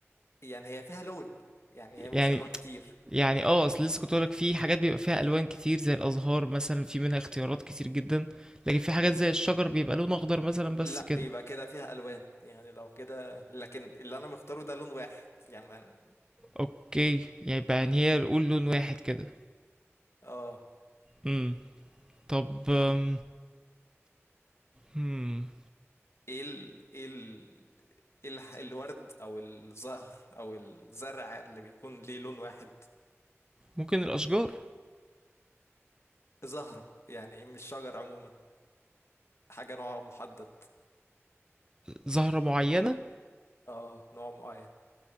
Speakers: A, on the left; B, on the right.
A: يعني هي فيها لون يعني هي مش
B: يعني
A: ألوان كتير
B: يعني اه اصل لسه كنت لك في حاجات بيبقى فيها ألوان كتير زي الأزهار مثلا في منها اختيارات كتير جدا لكن في حاجات زي الشجر بيبقى لون أخضر مثلا بس
A: لا
B: كده
A: يبقى كده فيها الوان يعني لو كده لكن اللي انا مختاره ده لون واحد يعني من...
B: اوكي يبقى يعني هي نقول لون واحد كده
A: اه
B: امم طب أم، هم،
A: ايه ال... ايه ال... إيه الح- الورد او الزهر او الزرع اللي بيكون ليه لون واحد
B: ممكن الاشجار
A: زهرة يعني مش شجر عموما حاجة نوع محدد
B: زهرة معينة
A: اه نوع معين